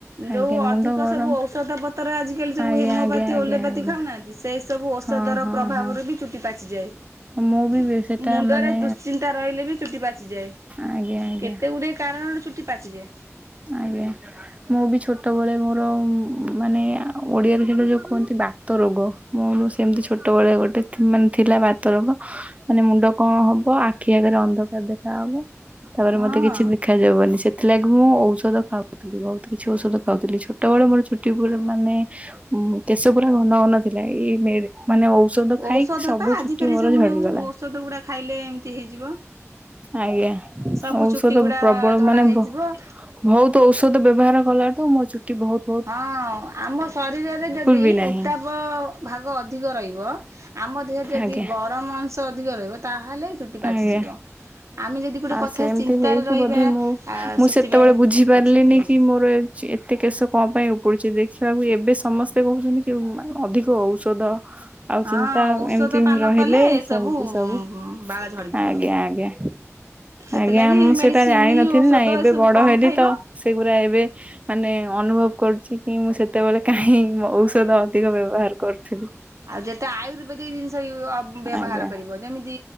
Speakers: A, on the right; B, on the right.
A: ଆଜ୍ଞା
B: ଯଉ
A: ମୁଣ୍ଡ
B: ଅଧିକ
A: ଗରମ
B: ସବୁ ଔଷଧ ପତର ଆଜିକାଲି ସବୁ
A: ଆଜ୍ଞା
B: ହେମୋପାତି
A: ଆଜ୍ଞା ଆଜ୍ଞା
B: ଓଲୋପାତି
A: ଆଜ୍ଞା
B: ଖାଉନାହାନ୍ତି ସେଇ ସବୁ ଔଷଧ
A: ହଁ
B: ର
A: ହଁ
B: ପ୍ରଭାବରେ
A: ହଁ
B: ବି ଚୁଟି ପାଚିଯାଏ
A: ମୁଁ ବି ବେ ସେଟା
B: ମୁଣ୍ଡରେ
A: ମାନେ
B: ଦୁଶ୍ଚିନ୍ତା ରହିଲେ ବି ଚୁଟି ପାଚିଯାଏ।
A: ଆଜ୍ଞା ଆଜ୍ଞା
B: କେତେ ଗୁଡିଏ କାରଣରୁ ଚୁଟି ପାଚି ଯାଏ।
A: ଆଜ୍ଞା। ମୁଁ ବି ଛୋଟବେଳେ ମୋର ମାନେ ଓଡିଆରେ ଯୋଉ ଟା ଯୋଉ କୁହନ୍ତି ବା ବାତ ରୋଗ ମୋର ସେମତି ଛୋଟ ବେଳେ ଗୋଟେ ଥି ମାନେ ଥିଲା ବାତ ରୋଗ। ମାନେ ମୁଣ୍ଡ କଣ ହବ ଆଖି ଆଗରେ ଅନ୍ଧକାର ଦେଖା ହବ। ତାପରେ
B: ହଁ
A: ମତେ କିଛି ଦେଖାଯାବନି ସେଥିଲାଗି ମୁଁ ଔ ଷଧ ଖାଉଥିଲି ବହୁତ କିଛି ଔଷଧ ଖାଉଥିଲି ଛୋଟବେଳେ ମୋର ଚୁଟି ଉପୁଡେ ମାନେ ଉଁ କେଶ ପୁରା ଘନ ଘନ ଥିଲା ଏଇ ମେରେ ମାନେ ଔଷଧ ଖାଇକି
B: ଔଷଧ
A: ସବୁ
B: ବା ଆଜିକାଲି
A: ଚୁଟି ମୋର
B: ସବୁ
A: ଝଡିଗଲା।
B: ଯୋଉ ଔଷଧ ଗୁଡା ଖାଇଲେ ଏମିତି ହେଇଯିବ
A: ଆଜ୍ଞା ଆଉ
B: ସବୁ ଚୁଟି
A: ଔଷଧ
B: ଗୁଡା
A: ପ୍ରବଳ
B: ଧଳା
A: ମାନେ
B: ହେଇଯିବ
A: ବ ଭୋହୁତ ଔଷଧ ବ୍ୟବହାର କଲାଠୁ ମୋ ଚୁଟି ଭୋହୁତ
B: ହଁ ଆମ ଶରୀରରେ ଯଦି
A: ବି ନାହିଁ
B: ଉତ୍ତାପ ଭାଗ ଅଧିକ ରହିବ ଆମ ଦେହରେ ଯଦି
A: ଆଜ୍ଞା
B: ଗରମ ଅଂଶ ଅଧିକ ରହିବ ତାହେଲେ ଚୁଟି ପାଚିଯିବ
A: ଆଜ୍ଞା
B: ଆମେ ଯଦି ଗୋଟେ
A: ଆଉ
B: କଥା
A: ସେମିତି
B: ଚିନ୍ତାରେ
A: ହେଇକି
B: ରହିବା
A: ବୋଧେ
B: ଆ
A: ମୁଁ ମୁଁ
B: ସେଥିପାଇଁ
A: ସେତେବେଳେ ବୁଝି ପାରିଲିନି
B: ପାଚିଯିବ।
A: କି ମୋର ଏ ସେ ଏତେ କେଶ କଣ ପାଇଁ ଉପୁଡୁଛି ଦେଖିବାକୁ ଏବେ ସମସ୍ତେ କହୁଛନ୍ତି କି ଅଧିକ ଔଷଧ ଆଉ
B: ହଁ
A: ଚିନ୍ତା
B: ଔଷଧ
A: ଏମିତି
B: ପାନ
A: ରହିଲେ
B: କଲେ ଏସବୁ
A: ସେମିତି ସବୁ
B: ବାଳ ଝଡ଼ିଯିବ।
A: ଆଜ୍ଞା ଆଜ୍ଞା।
B: ସେଥିଲାଗି
A: ଆଜ୍ଞା ମୁଁ
B: ମେଡ଼ିସିନ
A: ସେଟା ଜାଣିିନଥିଲି
B: ଔଷଧ
A: ନା ଏବେ
B: ଏସବୁ
A: ବଡ
B: କମ୍
A: ହେଲି
B: ଖାଇବ।
A: ତ ସେଗୁୁରା ଏବେ ମାନେ ଅନୁଭବ କରୁଛି କି ମୁଁ ସେତେବେଳେ କାହିଁ ମୁଁ ଔଷଧ ଅଧିକ ବ୍ୟବହାର କରୁଥିଲି।
B: ଆଉ ଯେତେ ଆୟୁର୍ବେଦିକ ଜିନିଷ ବି ବ ବ୍ୟବହାର
A: ଆଜ୍ଞା
B: କରିବ ଯେମିତି